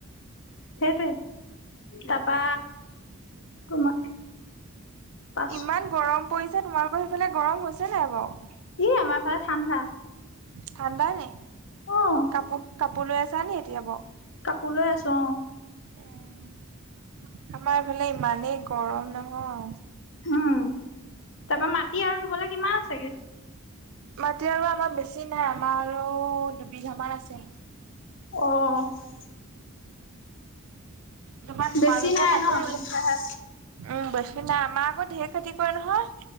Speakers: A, on the left; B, on the right.
A: সেইটোৱে তাপা তোমাৰ পাছ
B: ইমান গৰম পৰিছে তোমালোকৰ সেইফালে গৰম হৈছে নাই বাও?
A: ই আমাৰ ফালে ঠাণ্ডা।
B: ঠাণ্ডা নি
A: অ
B: কাপোৰ কাপোৰ লৈ আছা নি এতিয়া বাও।
A: কাপোৰ লৈ আছো অহ
B: উম আমাৰ এইফালে ইমানেই গৰম নহয়
A: উম তাৰ পৰা মাটি আৰু ৰুবলে কিমান আছেগে?
B: মাটি আৰু আমাৰ বেছি নাই আমাৰ আৰু দুবিঘামান আছে।
A: অ
B: তাপা তোমাৰলোকৰ
A: বেছি নাই
B: মাটি
A: ন
B: ৰুলে?
A: দুবিঘাহে
B: উম বেছি নাই আমাৰ আকৌ ধেৰ খেতি কৰে নহয়